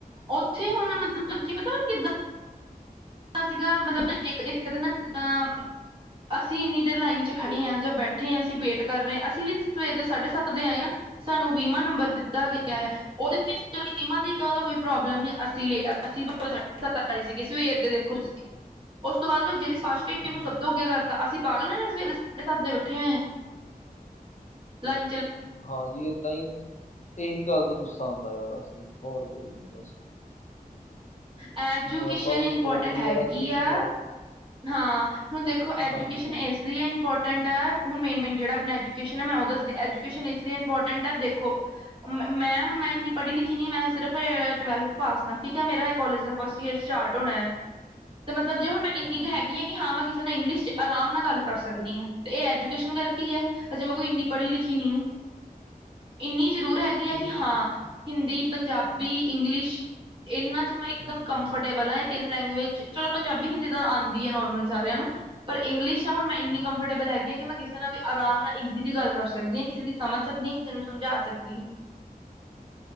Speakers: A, on the right (about 35°); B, on the left (about 50°).
A: ਉੱਥੇ ਹੁਣ
B: ਜੀ
A: ਮਤਲਬ
B: ਜੀ
A: ਕੀ ਪਤਾ ਮਤਲਬ ਕਿੱਦਾਂ ਸੀਗਾ ਮਤਲਬ ਨਾ ਇੱਕ-ਇੱਕ ਤਾਂ ਨਾ ਜਿੱਦਾਂ, ਅਸੀਂ ਇੰਨੀ ਦੇਰ ਲਾਈਨ ਚ ਖੜੇ ਹਾਂ ਜਾਂ ਬੈਠੇ ਹਾਂ ਅਸੀਂ ਵੇਟ ਕਰ ਰਹੇ ਹਾਂ ਅਸੀਂ ਵੀ ਸਵੇਰ ਦੇ ਸਾਢੇ ਸੱਤ ਦੇ ਆਏ ਹਾਂ। ਸਾਨੂੰ ਵੀਮਾ ਨੰਬਰ ਦਿੱਤਾ। ਤਾ ਗਿਆ
B: ਜੀ
A: ਆ ਉਹਦੇ ਵਿੱਚਮਾ ਦੀ ਤਾਂ ਉਹਦਾ ਕੋਈ ਪ੍ਰੋਬਲਮ
B: ਜੀ
A: ਨ ਅਸੀਂ ਅਸੀਂ ਬਾਬਾ ਸਾਢੇ ਸੱਤ ਆਏ ਸੀਗੇ ਸਵੇਰ ਦੇ ਦੇਖੋ ਤੁਸੀਂ ਉਸ ਤੋਂ ਬਾਅਦ ਵੀ ਜਿਹੜੀ
B: ਜੀ
A: ਨੂੰ ਸ਼ਬ
B: ਜੀ
A: ਤੋ ਅੱਗੇ ਕਰਤਾ ਅਸੀ ਪਾਗਲ ਸਵੇਰੇ ਸਾਢੇ ਸੱਤ ਦੇ ਬੈਠੇ ਹੋਏ ਆ ਲਾਈ
B: ਹਾਂਜੀ ਇਹ, ਦ ਇਹੀ ਗੱਲ ਤੋਂ ਗੁੱਸਾ ਆਉਂਦਾ ਆ ਬਸ ਜੀ ਹੋਰ ਕੋਈ ਨੀ ਬਸ,
A: ਐਜੂਕੇਸ਼ਨ
B: ਹੁਣ ਆਪਾਂ ਵੀ
A: ਇੰਪੋਰਟੈਂਟ
B: ਸਪੋਰਟਸ
A: ਹੈਗੀ
B: ਵਗੈਰਾ ਕਰੀ ਦੀ
A: ਆ। ਹਾਂ, ਹੁਣ ਦੇਖੋ ਐਜੂਕੇਸ਼ਨ
B: ਹਾਂਜੀ ਹਾਂਜੀ
A: ਇਸ ਲਈ ਇੰਪੋਰਟ ਹੁਣ ਮੇਨ-ਮੇਨ ਜਿਹੜਾ ਆਪਣਾ ਐਜੂਕੇਸ਼ਨ ਹੈ ਮੈਂ ਉਹ ਦੱਸਦੀ, ਐਜੂਕੇਸ਼ਨ ਇਸ ਲਈ ਇੰਪੋਰਟ ਹੈ ਦੇਖੋ। ਮੈਂ ਹੁਣ ਮੈਂ ਇੰਨੀ ਪੜ੍ਹੀ ਲਿਖੀ ਨੀ ਆ ਮੈਂ ਸਿਰਫ ਟਵੇਲਥ ਪਾਸ ਆ ਠੀਕ। ਮੇਰਾ ਇਹ ਕਾਲਜ ਦਾ ਫਸਟ ਈਅਰ ਸਟਾਰਟ ਹੋਣਾ ਹੈ, ਤੇ ਮ ਮਤਲਬੇ ਹੁਣ ਇੰਨੀ
B: ਜੀ ਜੀ
A: ਹੈਗੀ ਐ ਕਿ ਹਾ ਮੈ ਕਿਸੇ ਨਾਲ ਇੰਗਲਸ਼ ਆਰਾਮ ਨਾਲ ਗੱਲ ਕਰ ਸਕਦੀ ਆ ਤੇ ਇਹ ਐਜੂਕੇਸ਼ਨ ਕਰਕੇ ਹੀ ਆ ਹਜੇ ਮੈਂ ਕੋਈ ਇੰਨੀ ਪੜ੍ਹੀ ਲਿਖੀ ਨੀ ਆ। ਇੰਨੀ, ਜ਼ਰੂਰ ਹੈਗੀ ਆਂ
B: ਇੰਗਲਿਸ਼
A: ਕਿ ਹਾਂ
B: ਹੈ ਜੀ
A: ਹਿੰਦੀ, ਪੰਜਾਬੀ, ਇੰਗਲਿਸ਼ ਇਹਨਾਂ ਇੱਕਦਮ
B: ਹੂੰ
A: ਕੰਫਰਟੇਬਲ ਆ, ਤਿੰਨ ਲੈਂਗੁਏਜ, ਚਲੋ ਪੰਜਾਬੀ ਹਿੰਦੀ ਤਾਂ ਆਦੀ ਹੈ ਨੋਰਮਲ ਸਾਰਿਆਂ ਨੂੰ ਪਰ ਇੰਗਲਿਸ਼ ਹੁਣ ਇੰਨੀ
B: ਹਾਂਜੀ
A: ਕੰਫਰਟੇਲ ਹੈਗੀ ਕਿ ਮੈਂ ਕਿਸੇ ਨਾਲ ਵੀ ਆਰਾਮ ਨਾਲ ਈਜ਼ੀਲੀ ਗੱਲ ਕਰ ਸਕਦੀ ਆ, ਕਿਸੇ ਦੀ ਸਮਝ ਸਕਦੀ ਆ ਕਿਸੇ ਨੂੰ ਸਮਝਾ ਸਕਦੀ ਆ।